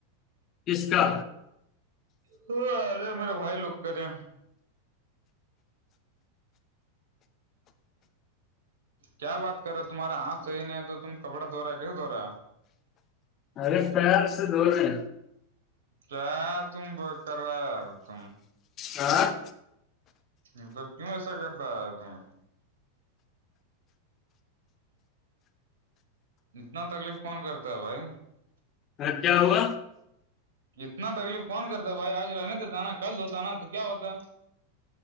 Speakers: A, on the left; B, on the right.
A: کس کا
B: تو ارے میرے بھائی لوگ کرے کیا بات کرو تمہارا ہاتھ صح نہیں ہے تو تم کپڑا دھ رہا ہے کیسے دھ رہا ہے
A: ارے پارس دنے
B: کیا تم ب کرر تم
A: آاں
B: مطلب کیوں ایسا کرتا ہے تم اتنا تکلیف کون کرتا ہے بھائی
A: ہاں کیا ہوا
B: اتنا تکلیف کون کرتا بھائی آج رہنے تو ج نا کل دھ ہوتا نا تو کیا ہوتا